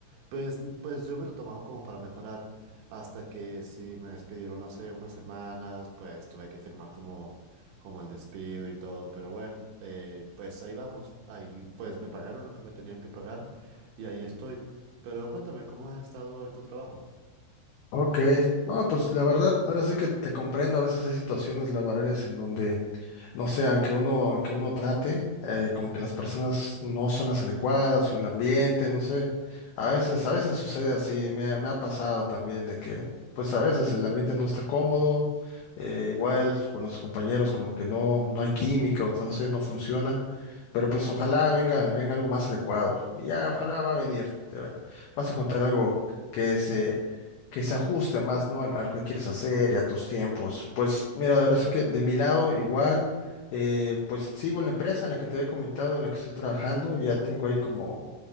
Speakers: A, on the right; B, on the left.
A: Pues, pues yo me lo tomaba como para mejorar hasta que sí me despidieron hace unas semanas, pues tuve que firmar como, como el despido y todo, pero bueno, eh, pues ahí vamos, ahí pues me pagaron lo que me tenían que pagar y ahí estoy. Pero cuéntame, ¿cómo has estado en tu trabajo?
B: Ok, no, pues la verdad, ahora sí que te comprendo, a veces hay situaciones laborales en donde, no sé, aunque uno, aunque uno trate, eh, como que las personas no son las adecuadas o el ambiente, no sé, a veces, a veces sucede así, me, ha me ha pasado también de que, pues a veces el ambiente no está cómodo, eh, igual con los compañeros como que no, no hay química o no sé, no funciona, pero pues ojalá venga, venga algo más adecuado, y ya, ojalá va a venir, te va- vas a encontrar algo que se que se ajuste más, ¿no? Al- A, lo que quieres hacer y a tus tiempos. Pues mira, ahora sí que de mi lado igual, eh, pues sigo en la empresa en la que te había comentado, en la que estoy trabajando, ya tengo ahí como